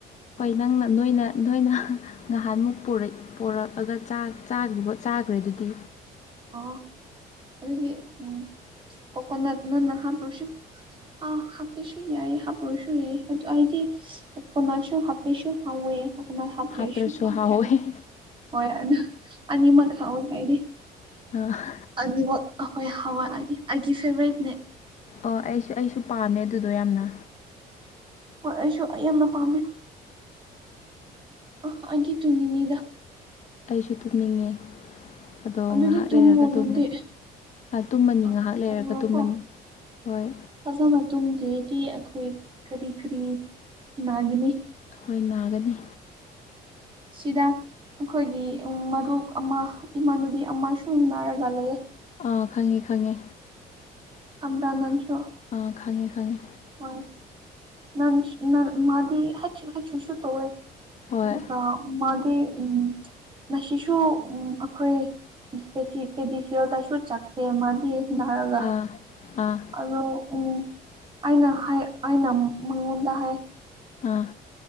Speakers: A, on the left (about 45°); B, on the right (about 30°).
A: ꯍꫭꯏ ꯅꯪꯅ ꯅꯣꯏꯅ ꯅꯣꯏꯅ ꯉꯍꯥꯟꯃꯨꯛ ꯄꫪ‌ꯩ ꯄꯣꯔꯛꯑꯒ ꯆꯥꯛ ꯆꯥꯒꯔꯤꯕꯣ ꯆꯥꯒꯔ ꯑꯗꯨꯗꯤ
B: ꯑꯣ ꯑꯗꯨꯗꯤ ꯎꯝ ꯀꯣꯀꯣꯅꯠ ꯅꯟꯅ ꯍꯞꯇꯔꯁꯨ ꯑ ꯍꯥꯞꯄꯁꯨ ꯌꯥꯏꯌ‌ꯦ ꯍꯥꯞꯄꫪꫭꯏꯁꯨ ꯑꯗꫭ ꯑꯩꯇꯤ ꯄꯨꯃꯥꯁꯨ ꯍꯥꯞꯄꯁꯨ ꯍꯥꯎꯋꯦ ꯄꯨꯃꯥꯏ ꯍꯥꯞꯇꯔꯁꯨ
A: ꯍꯥꯞꯇ꯭ꯔꯁꯨ
B: ꯍꯥꯞꯄꯅꯤ
A: ꯍꯥꯎꯋꯦ
B: ꯍꯥꯏꯗ‌ꯦ ꯍꯣꯏ ꯑꯗꯨ ꯑꯅꯤꯃꯛ ꯍꯥꯎꯋ‌ꯦ ꯑꯩꯗꯤ
A: ꯑ
B: ꯅꯤꯋꯛ ꯑꯈꫭꯏ ꯍꯋꯥꯗꯤ ꯑꯩꯒꯤ ꯐꯦꯔꯦꯠꯅꯦ
A: ꯑꯣ ꯑꯩꯁꯨ ꯑꯩꯁꯨ ꯄꯥꯝꯃꯦ ꯑꯗꯨꯗꯣ ꯌꯥꯝꯅ
B: ꯍꯣꯏ ꯑꯩꯁꯨ ꯌꯥꯝꯅ ꯄꯥꯝꯃꯦ ꯑꫭ ꯑꯩꯗꯤ ꯇꯨꯝꯅꯤꯡꯉ‌ꯦꯗ
A: ꯑꯩꯁꯨ ꯇꯨꯝꯅꯤꯡꯉꯦ ꯑꯗꯣ
B: ꯑꯗꯨꯗꯤ
A: ꯉꯥꯏꯍꯥꯛ
B: ꯇꯨꯝꯃꯣ
A: ꯂꯩꯔꯒ
B: ꯅꯪꯗꯤ
A: ꯇꯨꯝꯃꯅꯤ ꯇꯨꯝꯃꯅꯤ
B: ꯍꯣꯏ
A: ꯉꯥꯏꯍꯥꯛ ꯂꯩꯔꯒ
B: ꯇꯨꯝꯃꯨꯔꯣꯀꯣ
A: ꯇꯨꯝꯃꯅꯤ ꯍꯣꯏ
B: ꯐꯖꯅ ꯇꯨꯝꯗꫪ‌ꯦꯗꯤ ꯑꯩꯈꯣꯏ ꯀꯔꯤ ꯀꯔꯤ ꯅꯥꯒꯅꯤ
A: ꯑꯩꯈꯣꯏ ꯅꯥꯒꯅꯤ
B: ꯁꯤꯗꯥ ꯑꯩꯈꯣꯏꯒꯤ ꯃꯔꯨꯞ ꯑꯃ ꯏꯃꯥꯟꯅꯕꯤ ꯑꯃ ꯁꯨꯝ ꯅꯥꯔꯒ ꯂꯩꯌ‌ꯦ
A: ꯑꯥ ꯈꯪꯉꯦ ꯈꯪꯉꯦ
B: ꯈꯪꯕ꯭ꯔ ꯅꯪꯁꯨ
A: ꯑꯥ ꯈꯪꯉꯦ ꯈꯪꯉꯦ
B: ꯍꯣꯏ ꯅꯟꯁ ꯅꯔ ꯃꯥꯗꯤ ꯍꯥꯊꯤ ꯍꯥꯊꯤ ꯁꯨ ꯇꯧꯋꯦ
A: ꯍꯣꯏ
B: ꯑꯗꯨꯒ ꯃꯥꯒꯤ ꯎꯝ ꯉꯥꯁꯤꯁꯨ ꯑꯩꯈꯣꯏ ꯄ‌ꯦꯇꯤ ꯄꯦꯗꯤ ꯐꯦꯜꯗꯁꯨ ꯆꯠꯇꯦ ꯃꯥꯗꯤ ꯅꯥꯔꯒ
A: ꯑꯥ ꯑꯥ
B: ꯑꯗꯣ ꯎꯝ ꯑꯩꯅ ꯍꯥꯏ ꯑꯩꯅ ꯃꯉꯣꯟꯗ ꯍꯥꯏ
A: ꯑꯥ